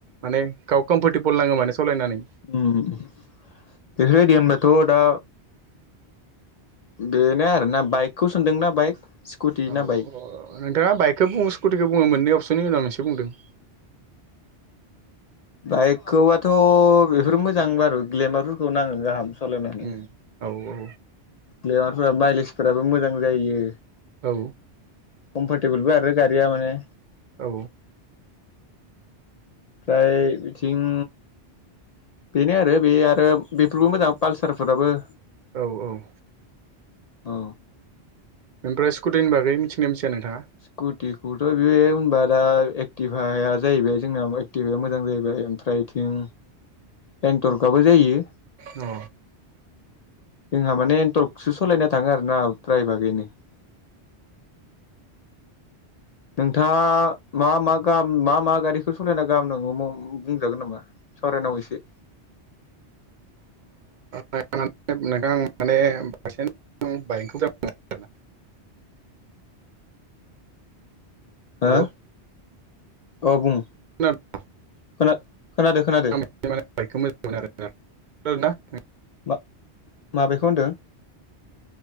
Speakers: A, on the right (about 55°); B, on the left (about 60°).
A: माने गाव कमफरटेबोल नाङो माने सालायनानै।
B: उम बेफोरबायदि होनब्लाथ' दा बेनो आरोना बाइकखौ सानदोंना बाइक स्कुटि ना
A: औ
B: बाइक
A: नोंथाङा बाइकखौ बुङो स्कुटिखौ बुङो मोननै अपसननि उनाव मोनसे बुंदो।
B: बाइकखौबथ' बेफोर मोजां बारु ग्लेमारफोरखौ नाङो गाहाम सालायनानै।
A: उम औ औ।
B: ग्लेमारफोरा माइलेजफोराबो मोजां जायो।
A: औ।
B: कमफरटेबोलबो आरो गारिया माने
A: औ।
B: फ्राय बिथिं बेनो आरो बे आरो बेफोरबो मोजां पालसारफोराबो
A: औ औ।
B: औ।
A: ओमफ्राय स्कुटिनि बागै मिथिगना मिथिया नोंथाङा?
B: कुटिखौथ' बे होनबा दा एक्टिभाया जाहैबाय जोंना एक्टिभाया मोजां जाहैबाय ओमफ्राय थिं एन्टरकआबो जायो।
A: अ।
B: जोंहा माने एन्टरकसो सालायना थाङो आरोना द्रायभागैनो। नोंथाङा मा मा गाहम मा मा गारिखौ सालायना गाहाम ननो बुंजागोन नामा। सावरायनाव एसे।
A: अ नोंथां माने <unintelligible> बाइकखौ मोनो आरोना।
B: हो
A: हेलौ
B: अ बुं
A: खोनादों
B: खोना खोनादो। खोनादो
A: <unintelligible>
B: मा माबेखौ होनदों।